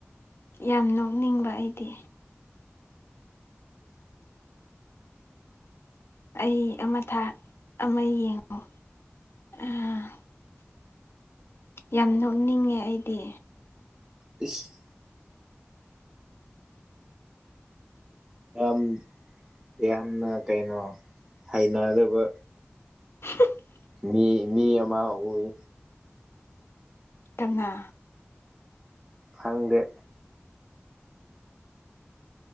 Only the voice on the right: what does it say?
ꯏꯁ ꯌꯥꯝ ꯌꯥꯝꯅ ꯀꯩꯅꯣ ꯍꯩꯅꯥꯗꯕ
ꯃꯤ ꯃꯤ ꯑꯃ ꯎꯏ
ꯈꯪꯗꯦ